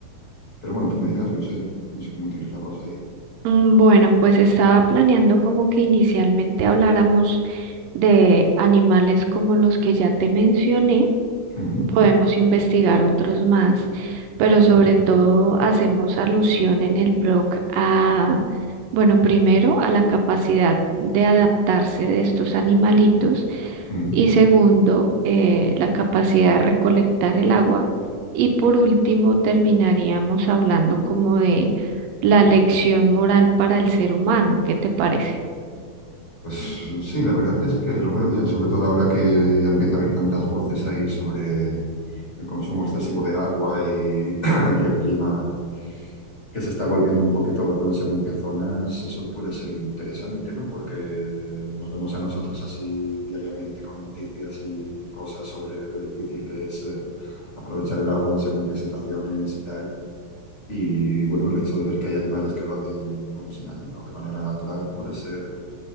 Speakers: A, on the left; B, on the right.
A: Pero bueno, tú me dirás, no sé, no sé cómo tienes la cosa ahí.
B: Mm, Bueno, pues estaba planeando como que inicialmente habláramos de animales como los que ya te mencioné
A: Ujú,
B: Podemos investigar otros más, pero sobre
A: ujú,
B: todo hacemos alusión en el blog a, bueno, primero a la capacidad de adaptarse de estos animalitos
A: ujú.
B: y segundo, eh, la capacidad de recolectar el agua y por último terminaríamos hablando como de la lección moral para el ser humano. ¿Qué te parece?
A: Pues sí, la verdad es que lo veo bien, sobre todo ahora que ya empieza a haber tantas voces ahí sobre el consumo excesivo de agua y, <clears throat> y el clima que se está volviendo un poquito loco en según qué zonas, eso puede ser interesante, ¿no? Porque nos vemos a nosotros así diariamente con noticias y cosas sobre lo difícil que es eh, aprovechar el agua en según qué situaciones y tal. Y bueno, el hecho de ver que hay animales que lo hacen, bueno, sin ayuda o de manera natural puede ser,